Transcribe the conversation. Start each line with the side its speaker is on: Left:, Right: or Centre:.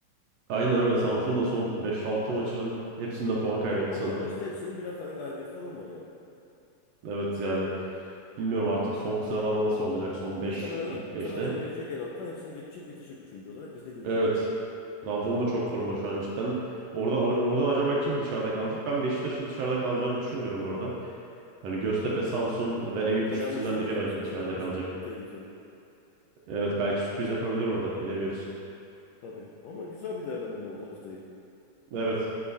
Right: Aynen öyle. Samsun da son beş altı maçının hepsinde puan kaybetti
Left: Son 6
Right: sanırım.
Left: maçta hepsinin birer tane galibiyeti falan var yani.
Right: Evet yani bilmiyorum artık son sıralama nasıl olacak son 5
Left: Muhtemelen
Right: ilk beşte.
Left: Trabzon gelecek en alttan hepsini geçecek bitecek üçüncü olarak biz de göreceğiz.
Right: Evet. Trabzon da çok formda şu an cidden. Orada or- oradan acaba kim dışarıda kalacak? Ben Beşiktaş'ın dışarıda kalacağını düşünmüyorum orada. Hani Göztepe, Samsun ve Eyüp
Left: Fener
Right: üçlüsünden
Left: maçı var
Right: biri
Left: ya
Right: bence
Left: Beşiktaş'ın
Right: dışarıda
Left: deplasmanında
Right: kalacak.
Left: o tehlikeli.
Right: Evet belki sürpriz yapabilir orada bilemiyoruz.
Left: Tabii ama güzel bir değerlendirme oldu haftayı.
Right: Evet.